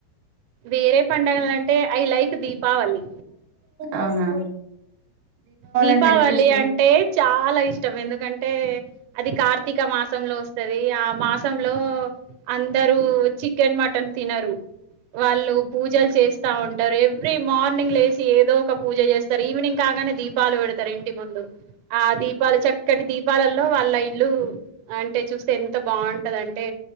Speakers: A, on the right; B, on the right.
A: వేరే పండగల అంటే ఐ లైక్ దీపావళి
B: అవునా
A: దీపావళి
B: అంటే ఎందుకు ఇష్టం
A: అంటే చాలా ఇష్టం ఎందుకంటే అది కార్తీక మాసంలో వస్తుంది ఆ మాసంలో అందరూ చికెన్ మటన్ తినరు వాళ్ళు పూజలు చేస్ ఇస్తా ఉంటారు ఎవ్రీ మార్నింగ్ లేసి ఏదో ఒక పూజ చేస్తారు ఈవినింగ్ కాగానే దీపాలు పెడతారు ఇంటి ముందు ఆ దీపాలు చక్కటి దీపాలలో వాళ్ళ ఇల్లు అంటే చూస్తే ఎంత బాగుంటది అంటే